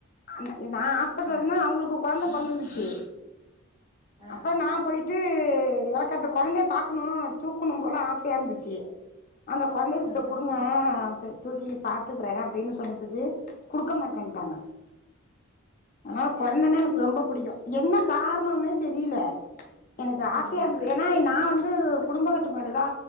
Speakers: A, on the left; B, on the right.
A: அன் நா ஹாஸ்பிட்டல
B: ஆ
A: இருந்த அவங்களுக்கு கொழந்த பொறந்துருந்துச்சு
B: ஆ
A: அப்ப நா போய் ட்டு எனக்கு அந்த கொழந்தைய பாகக்கணு தூக்கணு போல ஆசையா இருந்துச்சு அந்த கொழந்தைய செத்த
B: ஆ
A: குடுங்க
B: ஆ
A: அது தூக்கி பாத்துக்குற அப்டீனு சொன்னதுக்கு குடுக்க மாட்டன்ட்டாங்க ஆனா கொழந்தனா
B: ஏ
A: எனக்கு ரொம்ப புடிக்கு என்ன கார்ணோனே தெரில எனக்கு
B: ம்
A: ஆசையா
B: ம்
A: இருந்துது ஏனா நா வந்து குடும்பக்கட் டுப்பாடுதா